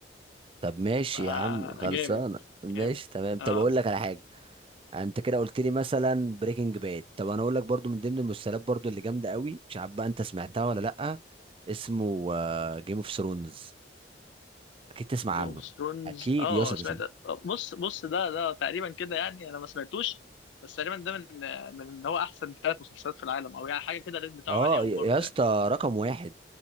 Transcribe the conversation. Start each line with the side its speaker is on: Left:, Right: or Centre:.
Right: طب ماشي
Left: فجامد
Right: يا عم خلصانه ماشي
Left: جامد
Right: تمام طب
Left: اه
Right: اقول لك على حاجه انت كده قلت لي مثلا بريكنج باد طب انا اقول لك برضو من ضمن المسلسلات برضو اللي جامده قوي مش عارف بقى انت سمعتها ولا لا اسمه جيم اوف ثرونز اكيد تسمع
Left: جيم
Right: عنه
Left: اوف ثرونز
Right: اكيد
Left: اه
Right: يا اسطى
Left: سمعت
Right: تسمع
Left: آه، بص بص ده ده تقريبا كده يعني انا ما سمعتوش بس تقريبا ده من من ان هو احسن ثلاث مسلسلات في العالم او يعني حاجه كده الريت بتاعه
Right: اه
Left: عالي قوي
Right: يا
Left: برضه
Right: يا اسطى
Left: يعني
Right: رقم واحد